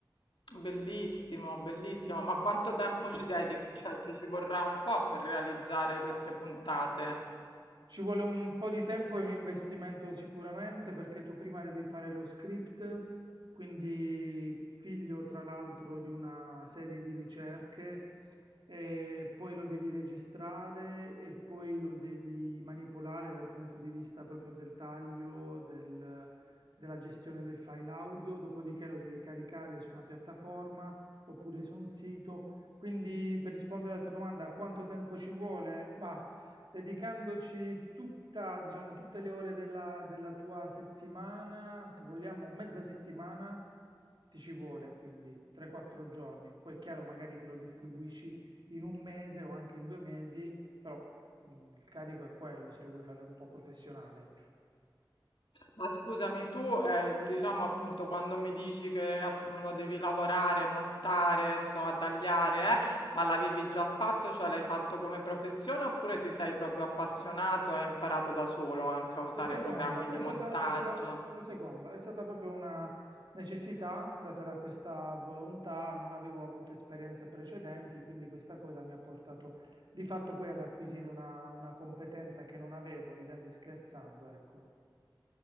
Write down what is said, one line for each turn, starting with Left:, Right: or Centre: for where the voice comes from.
Left: bellissimo, bellissimo, ma quanto tempo ci dedichi? Cioè, ti ci vorrà un po' per realizzare queste puntate.
Right: Ci vuole un po' di tempo e un investimento sicuramente perché tu prima devi fare lo script, quindi figlio tra l'altro di una serie di ricerche, e poi lo devi registrare e poi lo devi manipolare dal punto di vista proprio del taglio, del- della gestione del file audio, dopodiché lo devi caricare su una piattaforma oppure su un sito. Quindi per rispondere alla tua domanda, quanto tempo ci vuole? Bah, dedicandoci tutta, diciamo, tutte le ore della, della tua settimana, se vogliamo mezza settimana, ti ci vuole, quindi 3-4 giorni. Poi è chiaro magari che lo distribuisci in un mese o anche in due mesi, però mm, il carico è quello, se lo vuoi fare un po' professionale.
Left: Ma scusami, tu, eh, diciamo appunto, quando mi dici che app- lo devi lavorare, montare, insomma, tagliare, eh, ma l'avevi già fatto, cioè l'hai fatto come professione oppure ti sei proprio appassionato e hai imparato da solo anche a usare
Right: La seconda
Left: programmi
Right: è
Left: di
Right: stata,
Left: montaggio?
Right: è stata, la seconda è stata proprio una necessità data da questa volontà, non avevo avuto esperienze precedenti, quindi questa cosa mi ha portato di fatto poi ad acquisire una, una competenza che non avevo, ridendo e scherzando, ecco.